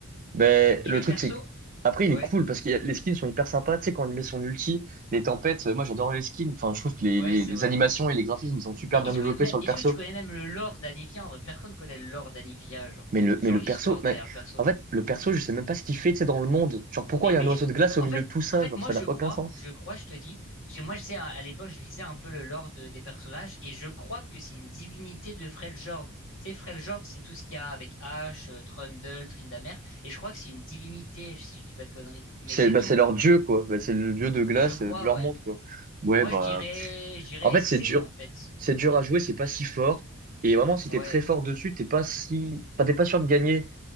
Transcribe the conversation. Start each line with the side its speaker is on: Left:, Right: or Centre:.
Right: Mais
Left: Et
Right: le
Left: le
Right: truc,
Left: perso,
Right: c'est que... Après, il
Left: ouais,
Right: est cool parce que les skins sont hyper sympas. Tu sais, quand il met son ulti, les tempêtes, euh, moi j'adore les skins. Enfin, je trouve que les,
Left: ouais,
Right: les,
Left: c'est
Right: les
Left: vrai.
Right: animations et les graphismes, ils sont super
Left: Mais
Right: bien
Left: est-ce
Right: développés
Left: que même
Right: sur le
Left: est-ce
Right: perso.
Left: que tu connais même le lore d'Anivia en vrai? Personne connaît le lore d'Anivia, genre
Right: Mais le,
Left: genre
Right: mais le
Left: l'histoire
Right: perso,
Left: derrière
Right: mais
Left: le perso.
Right: en fait, le perso, je sais même pas ce qu'il fait, tu sais, dans le monde. Genre, pourquoi
Left: Mais
Right: il
Left: oui,
Right: y a un oiseau
Left: <laughs>
Right: de glace au
Left: en
Right: milieu
Left: fait,
Right: de tout ça?
Left: en fait,
Right: Genre,
Left: moi
Right: ça
Left: je
Right: n'a
Left: crois,
Right: aucun sens.
Left: je crois, je te dis, parce que moi je sais à, à l'époque je lisais un peu le lore de- des personnages et je crois que c'est une divinité de Freljord. Tu sais, Freljord, c'est tout ce qu'il y a avec Ash, euh, Trundle, Tryndamere, et je crois que c'est une divinité si je dis pas de conneries. Mais
Right: C'est
Left: c'est
Right: bah,
Left: tout,
Right: c'est leur
Left: genre.
Right: dieu, quoi. Bah, c'est le dieu de glace
Left: Je crois,
Right: euh, de leur
Left: ouais.
Right: monde, quoi. Ouais,
Left: Moi
Right: bah,
Left: je dirais, je dirais
Right: En fait,
Left: C
Right: c'est dur.
Left: en fait.
Right: C'est dur à jouer, c'est pas si fort. Et vraiment, si
Left: Ouais,
Right: t'es très fort dessus, t'es pas si, enfin, t'es pas sûr de gagner